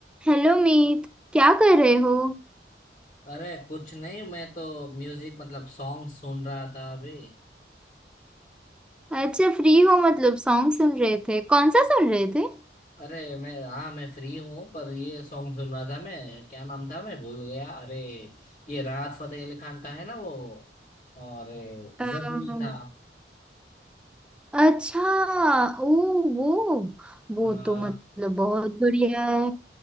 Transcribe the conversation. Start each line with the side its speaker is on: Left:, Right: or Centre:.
Centre: Hello Meet क्या कर रहे हो
Left: अरे कुछ नहीं मैं तो म्यूजिक मतलब सॉन्ग सुन रहा था अभी
Centre: अच्छा फ्री हो मतलब सॉन्ग सुन रहे थे कौन सा सुन रहे थे
Left: अरे मैं हाँ मैं फ्री हूँ पर ये सॉन्ग सुन रहा था मैं क्या नाम था मैं भूल गया अरे ये राहत फतेह अली खान का है ना वो और जरूरी
Centre: अम्म,
Left: था
Centre: अच्छा ओ वो वो
Left: हाँ,
Centre: तो मतलब बहुत बढ़िया है